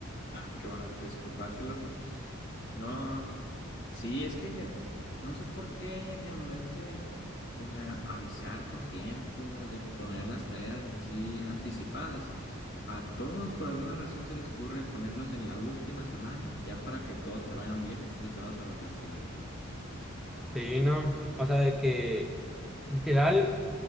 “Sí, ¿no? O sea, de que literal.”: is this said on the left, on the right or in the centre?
Centre